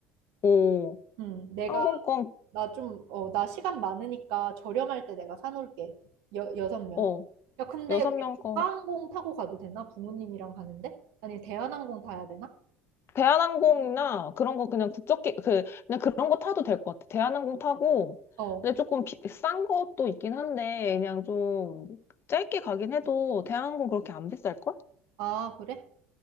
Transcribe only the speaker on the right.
음, 내가
나 좀, 어, 나 시간 많으니까 저렴할 때 내가 사놓을게. 여, 여섯 명.
야, 근데
우리
조가항공
타고 가도 되나? 부모님이랑 가는데? 아니, 대한항공 타야 되나?
어.
아, 그래?